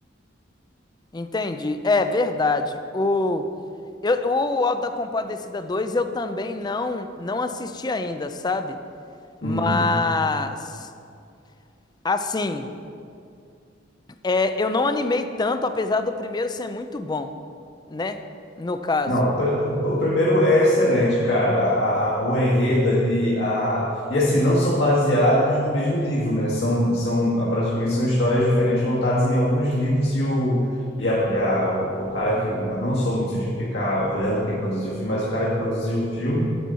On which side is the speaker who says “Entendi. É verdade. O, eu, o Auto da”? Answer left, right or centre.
Left